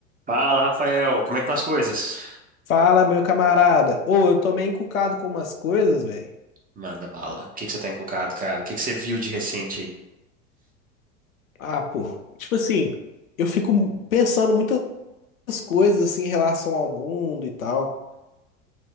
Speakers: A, on the right; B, on the left.
A: Fala, Rafael, como é que estão as coisas?
B: Fala, meu camarada. Ô, eu tô meio encucado com umas coisas, velho.
A: Manda bala. O que que você tá encucado, cara? O que que você viu de recente aí?
B: Ah, pô. Tipo assim, eu fico pensando muitas coisas assim em relação ao mundo e tal.